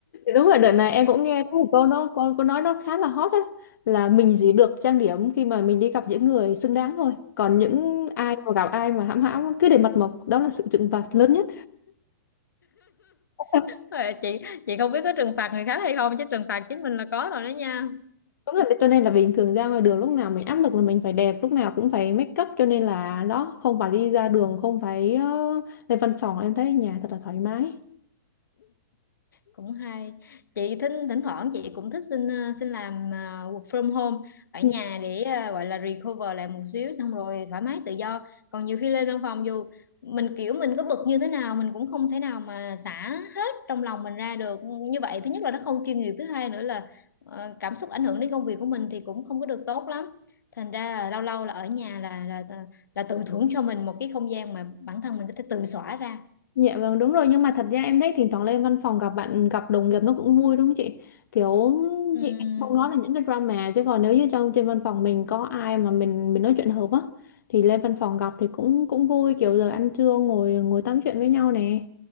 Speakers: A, on the left; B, on the left.
A: Đúng rồi, đợt này em cũng nghe có một câu nó con có nói nó khá là hot á là mình chỉ được trang điểm khi mà mình đi gặp những người xứng đáng thôi. Còn những ai mà gặp ai mà hãm hãm cứ để mặt mộc đó là sự trừng phạt lớn nhất. <laughs>
B: Ờ, Chị chị không biết có trừng phạt người khác hay không chứ trừng phạt chính mình là có rồi đó nha.
A: Đúng là cho nên là bình thường ra ngoài đường lúc nào mình áp lực là mình phải đẹp, lúc nào cũng phải make up cho nên là đó không phải đi ra đường, không phải ờ, lên văn phòng em thấy ở nhà thật là thoải mái.
B: cũng hay chị thỉnh thỉnh thoảng chị cũng thích xin ờ, xin làm ờ, work from home ở
A: <laughs>
B: nhà để ờ, gọi là recover lại một xíu xong rồi thoải mái tự do còn nhiều khi lên văn phòng dù mình kiểu mình có bực như thế nào mình cũng không thể nào mà xả hết trong lòng mình ra được như vậy thứ nhất là nó không chuyên nghiệp thứ hai nữa là ờ, cảm xúc ảnh hưởng đến công việc của mình thì cũng không có được tốt lắm thành ra là lâu lâu là ở nhà là là là, là tự thưởng cho mình một cái không gian mà bản thân mình có thể tự xóa ra
A: Dạ vâng đúng rồi nhưng mà thật ra em thấy thỉnh thoảng lên văn phòng gặp bạn gặp đồng nghiệp nó cũng vui đúng không chị kiểu
B: Ừm,
A: chị không nói là những cái drama chứ còn nếu như trong trên văn phòng mình có ai mà mình mình nói chuyện hợp á thì lên văn phòng gặp thì cũng cũng vui kiểu giờ ăn trưa ngồi ngồi tám chuyện với nhau nè